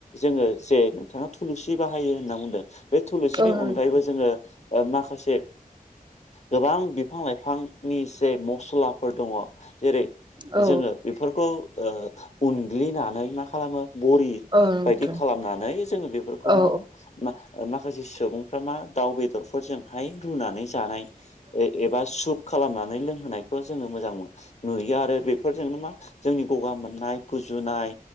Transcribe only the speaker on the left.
जोङो जे नोंथाङा थुलुनसि बाहायो होनना बुंदों बे थुलुनसिनि
अनगायैबो जोङो माखासे गोबां बिफां लाइफांनि जे मसलाफोर दङ' जेरै
जोङो बेफोरखौ ओ उनग्लिनानै मा खालामो बरि
बायदि खालामनानै जोङो बेफोरखौ
मा होनो मा माखासे सुबुंफ्रा मा दाउ बेदरफोरजोंहाय रुनानै जानाय एबा सुप खालामनानै लोंहोनायखौ जोङो मोजां मोनो नुयो आरो बेफोरजोंनो मा जोंनि गगा मोननाय गुजुनाय